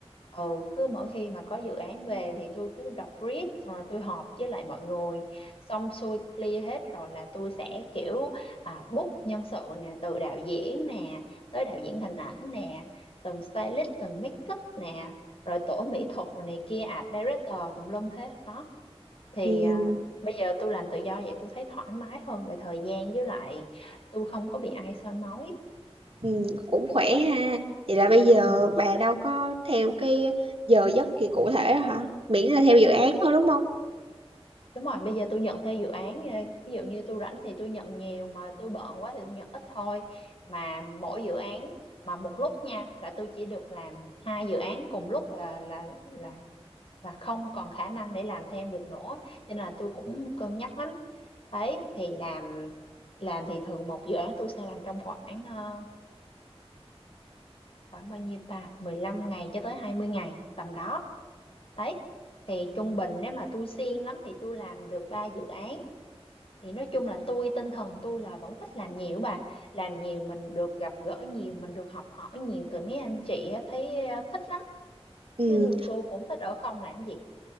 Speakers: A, on the left; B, on the right.
A: Ừ, cứ mỗi khi mà có dự án về thì tôi cứ đọc brief xong rồi tôi họp với lại mọi người xong xuôi clear hết rồi là tôi sẽ kiểu à, book nhân sự nè từ đạo diễn nè tới đạo diễn hình ảnh nè từng stylist từng make up nè rồi tổ mỹ thuật rồi này kia art director tùm lum hết đó thì
B: Ừ.
A: à, bây giờ tôi làm tự do vậy tôi thấy thoải mái hơn về thời gian với lại tôi không có bị ai soi mói
B: Ừ. Cũng khỏe ha. Vậy là bây giờ
A: Ừ,
B: bà đâu có theo cái giờ giấc gì cụ thể đó hả? Miễn là theo dự án thôi đúng không?
A: Đúng rồi, bây giờ tôi nhận theo dự án ờ, ví dụ như tôi rảnh thì tôi nhận nhiều mà tôi bận quá thì tôi nhận ít thôi. Mà mỗi dự án mà một lúc nha là tôi chỉ được làm hai dự án cùng lúc là là là là không còn khả năng để làm thêm được nữa. Cho nên là tôi cũng cân nhắc lắm. Đấy thì làm làm thì thường một dự án tôi sẽ làm trong khoảng ờ, khoảng bao nhiêu ta? mười lăm ngày cho tới 20 ngày tầm đó. Đấy. Thì trung bình nếu mà tôi siêng lắm thì tôi làm được 3 dự án thì nói chung là tôi tinh thần tôi là vẫn thích làm nhiều bà làm nhiều mình được gặp gỡ nhiều mình được học hỏi nhiều từ mấy anh chị á, thấy ờ, thích lắm
B: Ừ.
A: chứ tôi cũng thích ở không làm gì